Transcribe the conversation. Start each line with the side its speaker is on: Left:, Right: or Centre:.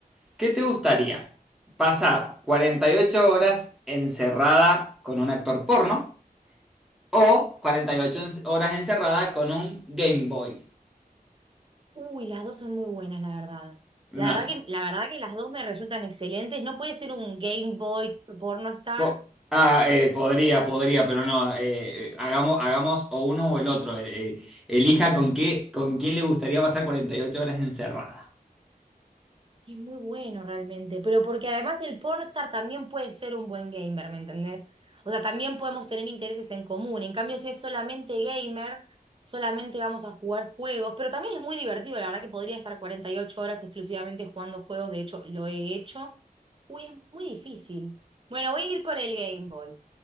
Centre: ¿Qué te gustaría? ¿Pasar 48 horas encerrada con un actor porno o 48 en- horas encerrada con un Game Boy?
Right: Uy, las dos son muy buenas, la verdad.
Centre: No.
Right: La verdad que, la verdad que las dos me resultan excelentes. No puede ser un Game Boy porno star.
Centre: Po- ah, eh, podría, podría, pero no. eh, eh, hagamos, hagamos o uno o el otro. eh, eh, elija con qué, con quién le gustaría pasar 48 horas encerrada.
Right: que es muy bueno realmente, pero porque además el pornstar también puede ser un buen gamer, ¿me entendés? O sea, también podemos tener intereses en común. En cambio, si es solamente gamer, solamente vamos a jugar juegos, pero también es muy divertido, la verdad que podría estar 48 horas exclusivamente jugando juegos, de hecho, lo he hecho. Uy, es muy difícil. Bueno, voy a ir con el Game Boy.